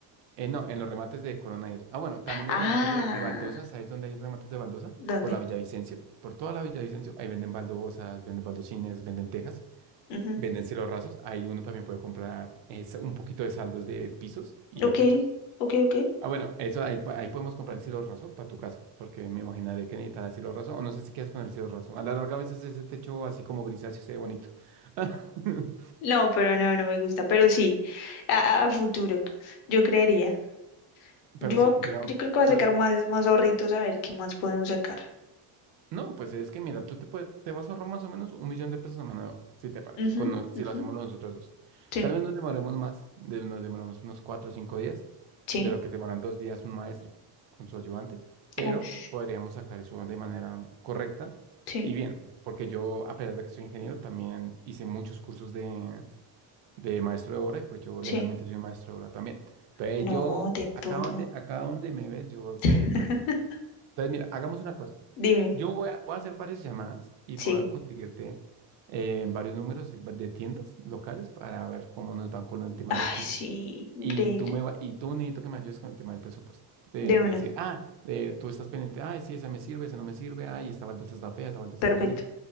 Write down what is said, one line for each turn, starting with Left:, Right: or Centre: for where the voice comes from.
Right: eh, no, en los remates de Corona y eso. Ah, bueno, también los
Left: Ah,
Right: remates de, de baldosa, ¿sabes dónde hay remates de baldosa?
Left: ¿dónde?
Right: Por la Villavicencio, por toda la Villavicencio, ahí venden baldosas, venden baldosines, venden tejas,
Left: Ujú,
Right: venden cielos rasos, ahí uno también puede comprar eh, sa- un poquito de saldos de pisos y de
Left: Ok,
Right: techos
Left: ok, ok.
Right: Ah, bueno, eso ahí, po- ahí podemos comprar el cielo raso para tu casa, porque me imaginaré que necesitarás cielo raso, o no sé si quieres poner el cielo raso. A la larga, a veces ese techo así como grisáceo se ve bonito. <laughs>
Left: No, pero no, no me gusta, pero sí, a, a- a futuro, yo creería.
Right: Pero
Left: Yo,
Right: sí, digamos,
Left: c- yo creo que va a
Right: por,
Left: sacar
Right: e
Left: más, más ahorritos a ver qué más podemos sacar.
Right: No, pues es que mira, tú te, puede- te vas a ahorrar más o menos un millón de pesos a mano de obra, si te parece,
Left: Ujú,
Right: con no- si
Left: ujú,
Right: lo hacemos nosotros dos.
Left: Sí,
Right: Tal vez nos demoremos más, de- nos demoremos unos cuatro o cinco días,
Left: sí,
Right: de lo que demoran dos días un maestro con su ayudante, pero
Left: ush,
Right: podríamos sacar eso de manera correcta
Left: sí,
Right: y bien, porque yo, a pesar de que soy ingeniero, también hice muchos cursos de, de maestro de obra y pues yo
Left: sí.
Right: legalmente soy maestro de obra también. Entonces
Left: No,
Right: yo,
Left: de
Right: acá
Left: todo.
Right: donde, acá donde me ves, yo sé
Left: <laughs>
Right: todo. Entonces mira, hagamos una cosa.
Left: Dime,
Right: Yo voy a, voy a hacer varias llamadas y
Left: sí.
Right: voy a conseguirte eh, varios números de de tiendas locales para ver cómo nos van con el tema
Left: Ay,
Right: de los pisos.
Left: sí, increíble.
Right: Y tú me va, y tú necesito que me ayudes con el tema del presupuesto. De,
Left: De
Right: de decir,
Left: una,
Right: ah, de- tú estás pendiente, ay, sí, esa me sirve, esa no me sirve, ay, esta baldosa está fea, esta baldosa
Left: perfecto,
Right: está bonito.